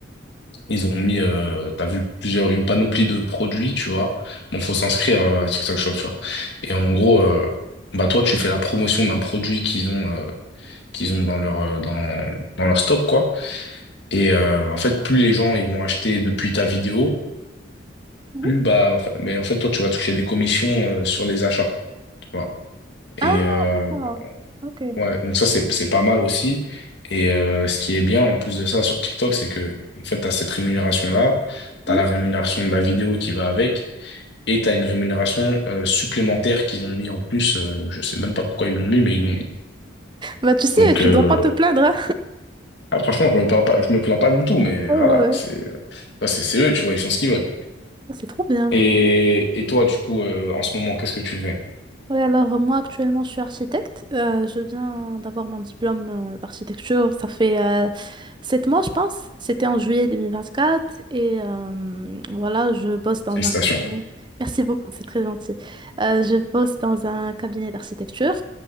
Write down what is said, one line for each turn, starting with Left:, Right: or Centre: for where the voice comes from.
Left: Ils ont mis, euh, t'as vu plusieurs, une panoplie de produits, tu vois. Bon, faut s'inscrire euh, à TikTok Shop, tu vois. Et en gros, euh, bah toi, tu fais la promotion d'un produit qu'ils ont, euh, qu'ils ont dans leur, euh, dans, dans leur stock, quoi. Et euh, en fait, plus les gens ils vont acheter depuis ta vidéo,
Right: Mhm,
Left: plus bah, en fait- mais en fait, toi, tu vas toucher des commissions euh, sur les achats, tu vois. Et
Right: Ah,
Left: euh,
Right: d'accord. Ok.
Left: ouais,
Right: <laughs>
Left: donc ça, c'est c'est pas mal aussi. Et euh, ce qui est bien en plus de ça sur TikTok, c'est que en fait, t'as cette rémunération-là, t'as
Right: mhm.
Left: la rémunération de la vidéo qui va avec. et tu as une rémunération euh, supplémentaire qu'ils ont mis en plus. euh, je sais même pas pourquoi ils l'ont mis, mais ils l'ont mis.
Right: Bah, tu sais,
Left: Donc,
Right: tu
Left: euh,
Right: dois pas te plaindre, hein.
Left: ah, franchement, je me plains pas, je me plains pas du tout, mais
Right: ouais
Left: voilà,
Right: ouais oui.
Left: c'est ça, c'est c'est eux, tu vois, ils font ce qu'ils veulent.
Right: C'est trop bien.
Left: Et, et toi, du coup, euh, en ce moment, qu'est-ce que tu fais?
Right: Oui, alors euh, moi actuellement je suis architecte. Euh, je viens d'avoir mon diplôme euh, d'architecture. Ça fait euh, sept mois, je pense. C'était en juillet 2024. Et euh, voilà, je bosse dans
Left: Félicitations.
Right: un cabinet. Merci beaucoup, c'est très gentil. Euh, je bosse dans un cabinet d'architecture,